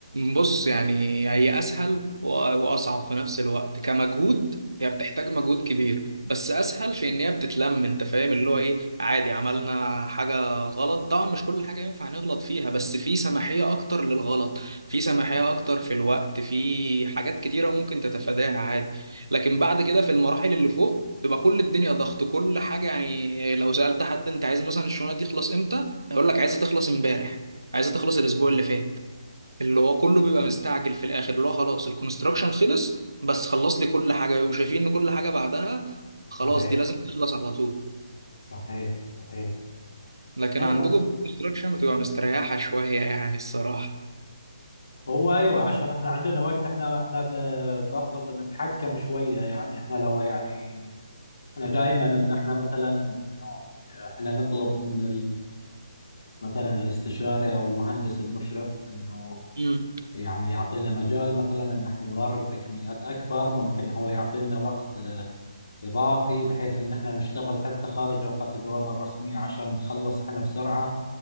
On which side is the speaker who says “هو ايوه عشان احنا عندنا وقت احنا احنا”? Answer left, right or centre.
Left